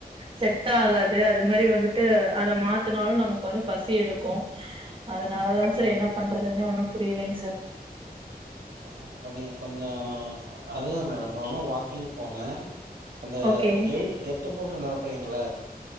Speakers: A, on the right; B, on the right.
A: செட் ஆகாது அது மாரி வந்துட்டு அத மாத்தனாலு நம்ம வந்து பசி எடுக்கு அதனாலதா சார்
B: ம்.
A: என்ன பண்றதுன்னே ஒன்னு புரியலைங்க சார்
B: ப்ப நீங்க கொஞ்சோ அதுதா மேடம் ஒழுங்கா வாக்கிங் போங்க அந்த
A: ஓகே
B: எயட் எட்டு போட்டு நடப்பீங்கள